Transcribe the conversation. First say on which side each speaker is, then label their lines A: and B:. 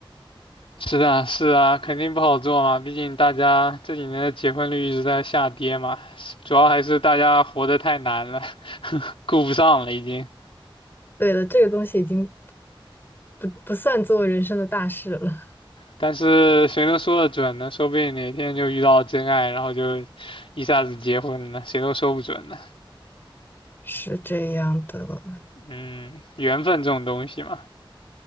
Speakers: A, on the left; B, on the left.
A: 是啊，是啊，肯定不好做嘛，毕竟大家这几年的结婚率一直在下跌嘛，主要还是大家活得太难了，<laughs> 顾不上了已经。
B: 对的，这个东西已经不不算做人生的大事了，
A: 但是谁能说得准呢？说不定哪天就遇到真爱，然后就一下子结婚了，谁都说不准呢。
B: 是这样的。
A: 嗯，缘分这种东西嘛，